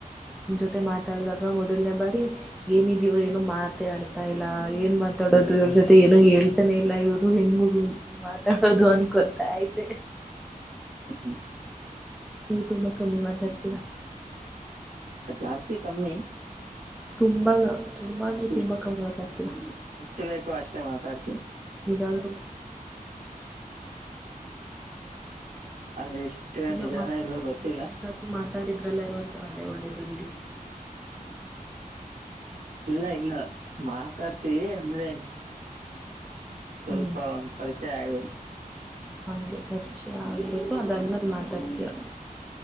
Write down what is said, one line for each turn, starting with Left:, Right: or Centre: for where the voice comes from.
Centre: ಮತ್ತೆ ಮಾತಾಡಿದಾಗ ಮೊದಲನೇ ಬಾರಿ ಏನಿದೀವ್ರು ಏನು ಮಾತಾಡ್ತಾ ಇಲ್ಲ ಏನ್ ಮಾತಾಡೋದು. ಅವರ ಜೊತೆ ಏನೋ ಹೇಳ್ತಾನೆ ಇಲ್ಲ ಇವರು ಹೆಂಗಗ ಮಾತಾಡೋದು ಅನ್ಕೊತಾ ಇದ್ದೆ.
Right: <unintelligible>
Centre: ನೀವು ತುಂಬಾ ಕಮ್ಮಿ ಮಾತಾಡ್ತೀರಾ.
Right: ಜಾಸ್ತಿ ಕಮ್ಮಿ.
Centre: ತುಂಬಾ. ತುಂಬಾ
Right: ಇ
Centre: ಅಂದ್ರೆ ತುಂಬಾ ಕಮ್ಮಿ ಮಾತಾಡ್ತೀರಾ
Right: ಎಸ್ಟ್ ಬೇಕು ಅಷ್ಟೇ ಮಾತಾಡ್ತ.
Centre: ಇದಾದರೂ.
Right: ಅದೆಷ್ಟು
Centre: ಏನೋ
Right: ನಿಜಾನ
Centre: ಮಾತಾಡ
Right: ಇಲ್ಲೋ ಗೊತ್ತಿಲ್ಲ
Centre: ಮಾತಾಡಿದ್ರಲ್ಲ ಇವತ್ತು ಅದೇ ಒಳ್ಳೇದ ಅದಾ.
Right: ಹ್ಮ. ಇಲ್ಲ ಇಲ್ಲ ಮಾತಾಡ್ತಿವಿ ಅಂದ್ರೆ. ಸ್ವಲ್ಪ
Centre: ಹ್ಮ್
Right: ಪರಿಚಯ ಆಯತ.
Centre: ಹಂಗೆ ಪರಿಚಯ ಆಗಬೇಕು ಅದಾದ್ಮೇಲೆ ಮಾತಾಡ್ತೀರ.